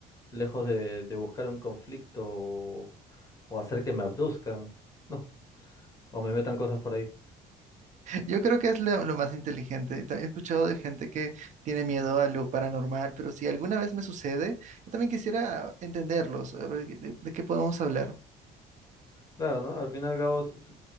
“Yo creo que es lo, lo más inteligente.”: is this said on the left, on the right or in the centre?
Right